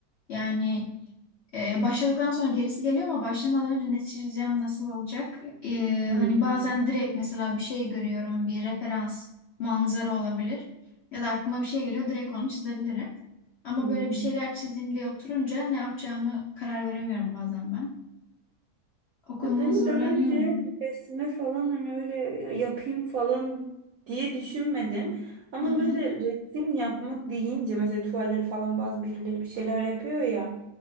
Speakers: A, on the left; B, on the right.
A: Yani Ee, başladıktan sonra gerisi geliyor ama başlamadan önce ne çizeceğim, nasıl olacak? Ee,
B: Hmm.
A: hani bazen direkt mesela bir şey görüyorum, bir referans, manzara olabilir. Ya da aklıma bir şey geliyor, direkt onu çizebilirim. Ama
B: Hmm.
A: böyle bir şeyler çizeyim diye oturunca ne yapacağımı karar veremiyorum bazen ben. O konuda
B: Ya benim
A: zorlanıyorum.
B: daha önce resme falan hani öyle yapayım falan diye düşünmedim. Ama
A: Hı hı.
B: böyle resim yapmak deyince mesela tuvalleri falan bazı birileri bir şeyler yapıyor ya.